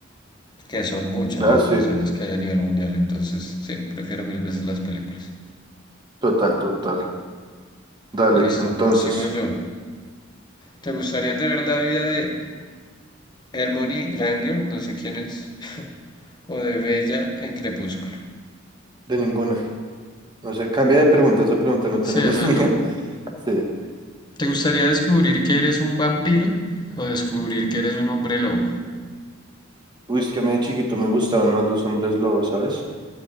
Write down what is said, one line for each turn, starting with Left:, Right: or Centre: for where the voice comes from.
Left: que son muchas
Right: Ah,
Left: las
Right: sí,
Left: personas que hay a nivel mundial, entonces sí, prefiero mil veces las películas.
Right: total, total. Dale,
Left: Listo,
Right: entonces,
Left: sigo yo. ¿Te gustaría tener la vida de Hermione Granger, no sé quién es, o de Bella en Crepúsculo?
Right: de ninguna. No sé, cambia de pregunta, esa pregunta no
Left: Sí,
Right: tenemos
Left: esa
Right: <laughs> ni
Left: no.
Right: idea. Sí.
Left: ¿Te gustaría descubrir que eres un vampiro o descubrir que eres un hombre lobo?
Right: Uy, es que a mí de chiquito me gustaban más los hombres lobos, ¿sabes?